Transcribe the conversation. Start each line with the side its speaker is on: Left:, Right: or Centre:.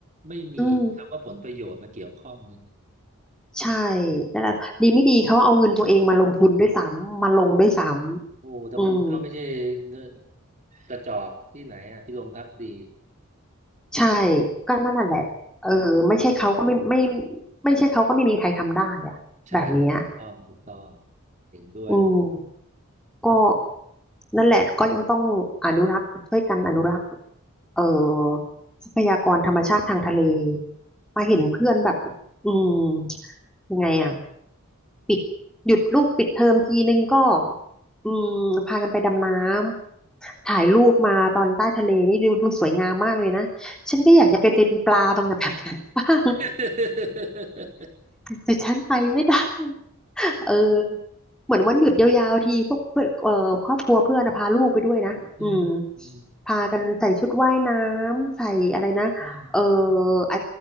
Right: ไม่มีคำว่าผลประโยชน์มาเกี่ยวข้องนึง
Centre: อืม ใช่นั่นแหละดีไม่ดีเขาเอาเงินตัวเองมาลงทุนด้วยซ้ำมาลงด้วยซ้ำอืม
Right: โอ้ตระกูลเขาไม่ใช่เงินกระจอกที่ไหนอ่ะพิรมพักดี
Centre: ใช่ก็นั่นน่ะแหละเออไม่ใช่เขาก็ไม่ไม่ไม่ใช่เขาก็ไม่มีใครทำได้อะแบบเนี้ย
Right: ใช่ถูกต้องถูกต้องเห็นด้วย
Centre: อืมก็นั่นแหละก็ยังต้องอนุรักษ์ช่วยกันอนุรักษ์เอ่อทรัพยากรธรรมชาติทางทะเลมาเห็นเพื่อนแบบอืมยังไงอ่ะ ปิดหยุดลูกปิดเทอมทีนึงก็อืมพากันไปดำน้ำถ่ายรูปมาตอนใต้ทะเลนี่ดูดูสวยงามมากเลยนะฉันก็อยากจะไปเป็นปลาตรงแบบนั้นบ้าง
Right: <laughs>
Centre: แต่ฉันไปไม่ได้เออเหมือนวันหยุดยาวๆทีพวกเพื่อนเอ่อครอบครัวเพื่อนนะพาลูกไปด้วยนะอืม
Right: อืมอืม
Centre: พากันใส่ชุดว่ายน้ำใส่อะไรนะเออ
Right: อืม
Centre: ไอ